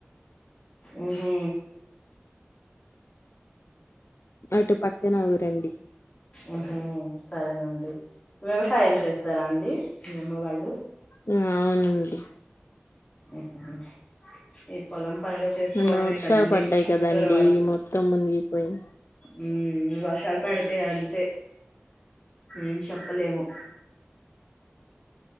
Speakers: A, on the left; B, on the left.
A: ఉహు
B: అటు పక్కన ఊరండి
A: ఉహు సరేనండి వ్యవసాయం చేస్తారా అండి మి అమ్మ వాళ్ళు
B: ఉ అవునండి
A: ఆహ ఏ పొలం పనులు చేసుకోవడమే
B: నిన్న వర్షాలు
A: కదండి
B: పడ్డాయి
A: పల్లెటూరు
B: కదండి మొత్తం మునుగిపోయినయ్
A: మ్ వర్షాలు పడితే అం తే ఎం చెప్పలేము